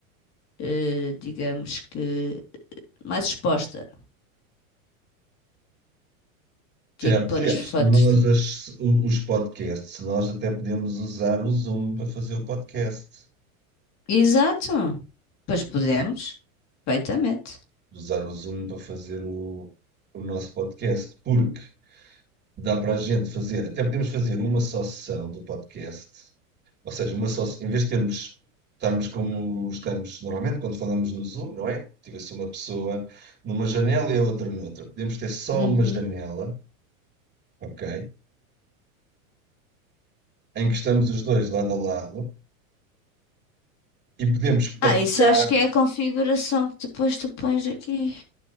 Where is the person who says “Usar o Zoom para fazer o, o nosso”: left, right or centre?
Right